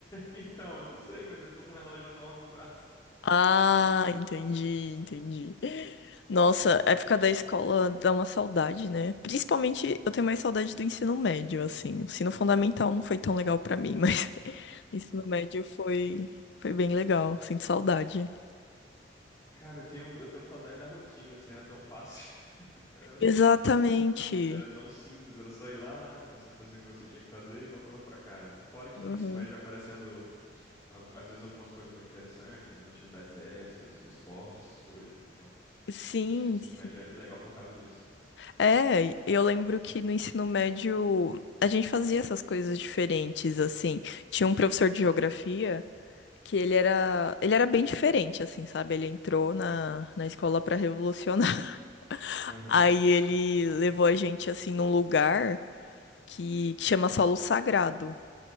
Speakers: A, on the left; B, on the left.
A: Então, eu não sei, mas eu tô com um relógio enorme no braço.
B: Ah, entendi, entendi. Nossa, a época da escola dá uma saudade, né? Principalmente eu tenho mais saudade do ensino médio, assim. O ensino fundamental não foi tão legal pra mim, mas <laughs> o ensino médio foi, foi bem legal. Sinto saudade.
A: Cara, eu tenho, eu tenho saudade da rotina, assim, era tão fácil. <laughs> Era,
B: Exatamente.
A: era tão simples, era só ir lá, você fazia o que você tinha que fazer e voltava pra casa. Fora que
B: Uhum.
A: no ensino médio vai aparecendo. Algu- Às vezes algumas coisas bem interessantes, umas atividades extras, esporte, essas coisas. Então,
B: Sim,
A: acho que o ensino
B: sim.
A: médio é legal por causa disso.
B: É, eu lembro que no ensino médio a gente fazia essas coisas diferentes, assim. Tinha um professor de geografia que ele era, ele era bem diferente, assim, sabe? Ele entrou na, na escola para revolucionar.
A: Aham.
B: <laughs> Aí ele levou a gente, assim, num lugar que, que chama Solo Sagrado,